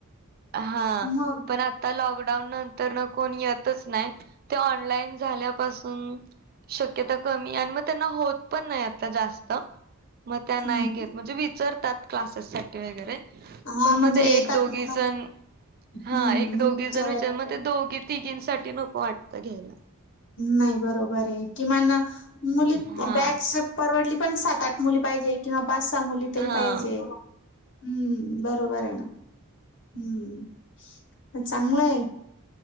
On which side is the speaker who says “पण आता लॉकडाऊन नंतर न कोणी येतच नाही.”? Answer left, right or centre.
Right